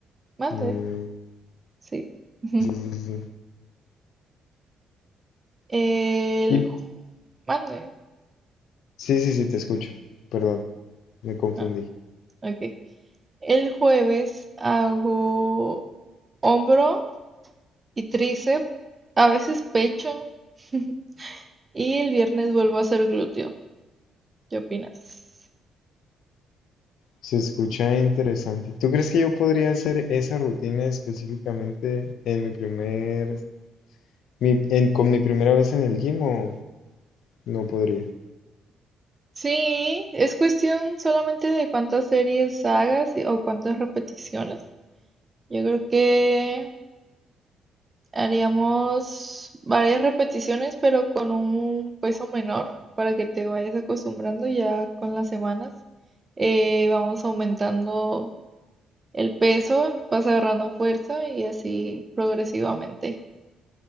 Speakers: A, on the right (about 20°); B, on the left (about 70°).
A: Mande,
B: Mm,
A: sí. <laughs>
B: sí, sí, sí.
A: El
B: Y-
A: ju- mande.
B: sí, sí, sí, te escucho. Perdón, me confundí.
A: Ah, ok. El jueves hago hombro y tríceps, a veces pecho, <laughs> y el viernes vuelvo a hacer glúteo. ¿Qué opinas?
B: Se escucha interesante. ¿Tú crees que yo podría hacer esa rutina específicamente en mi primer, mi- en- con mi primera vez en el gym o no podría?
A: Sí, es cuestión solamente de cuántas series hagas y- o cuántas repeticiones. Yo creo que haríamos varias repeticiones, pero con un peso menor para que te vayas acostumbrando ya con las semanas. eh, vamos aumentando El peso vas agarrando fuerza y así progresivamente.